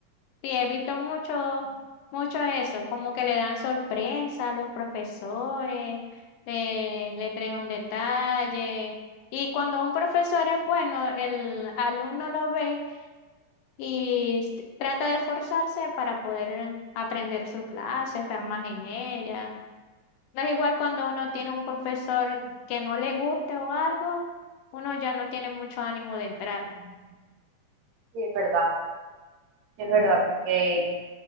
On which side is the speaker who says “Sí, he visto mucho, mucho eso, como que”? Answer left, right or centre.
Left